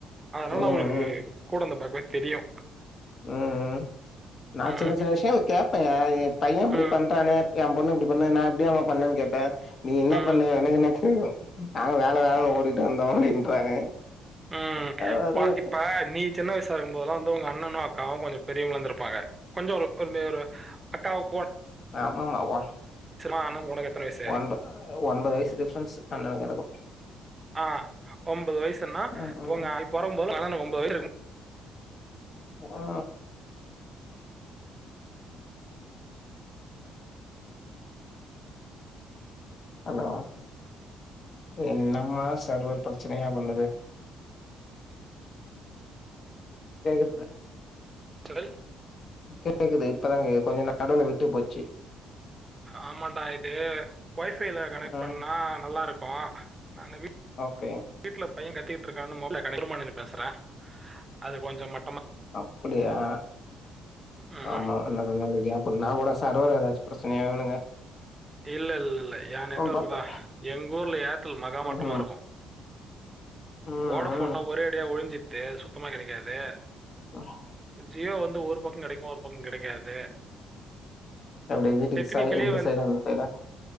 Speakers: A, on the right; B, on the left.
A: அதனால
B: ம்
A: அவுங்களுக்கு
B: ம்
A: கூட இருந்து பாக்கவே தெரியு
B: ம் ம் நா
A: ம்
B: சின்ன சின்ன விஷயங்கள் கேப்பேங்க எ பைய இப்டி
A: ம்
B: பண்றானே என் பொண்ணு இப்டி பண்ணு நா இப்டியாமா பண்ணேன்னு கேட்டே நீ என்ன
A: ம்
B: பண்ணுவ எனக்கு என்ன தெரியு நாங்க வேல வேலன்னு ஓடிட்டு வந்தோ அப்டின்றாங்க
A: ம்
B: நல்லா வருவே
A: வ இப்ப நீ சின்ன வயசா இருக்கும் போதெல்லா வ ந்து உங்க அண்ணனு அக்காவு கொஞ்சசோ பெரியவங்களா இருந்துருப்பாங்க கொஞ்ச ஒரு கொல்லி ஒரு அக்கா ஒ
B: ஆமா ஆமா ஒன்
A: அண்ணனுக்கு உனக்கு எத்தன வயசு
B: ஒன்ப ஒன்பது வயசு டிஃப்ரன்ஸ் அண்ணனுக்கு எனக்கு
A: ஆ ஒம்பது வயசுன்னா
B: ம்
A: இப்ப
B: ம்
A: உங்க நீ பொறக்கு போது உங்க அண்ணனுக்கு ஒன்பது வயசு இருக்கும்
B: ஆ ஹலோ என்னம்மா சர்வர் பிரச்சனையா பண்ணுது கேக்குது
A: சுடல்
B: கேக்குது இப்பதா கேக்கு கொஞ்ச நடுவுல விட்டு போச்சு
A: ஆமான்டா இது ஒய்ஃபைல கனெக்ட்
B: ம்
A: பண்ணா நல்லா இருக்கும் நானு வீ
B: ஓகே
A: வீட்ல பையன் கத்திட்டு இருக்கான்னு மொபைல <unintelligible> பேசுறே அது கொஞ்ச ம
B: அப்டியா
A: ம்
B: ஆமா
A: ம்
B: ப்ப நல்லா கேப் விடு நா கூட சர்வர் ஏதாச்சு பிரச்சனையாவலங்க
A: இல்ல இல்ல இல்ல எ நெட் ஒர்க்
B: பாத்தே
A: தா எங்க ஊர்ல ஏர்டெல் மகா மட்டமா
B: ம்
A: இருக்கு
B: ம்
A: ஓடஃபோன்லா
B: ம்
A: ஒரே அடியா ஒழிஞ்சித்து சுத்தமா கெடைக்காது
B: ஆஹ
A: ஜியோ வந்து ஒரு பக்க கெடைக்கு ஒரு பக்க கெடைக்காது
B: எப்டி வீட்டுக்கு
A: டெக்னிக்கலி
B: சை இந்த சைதா அந்த சைதா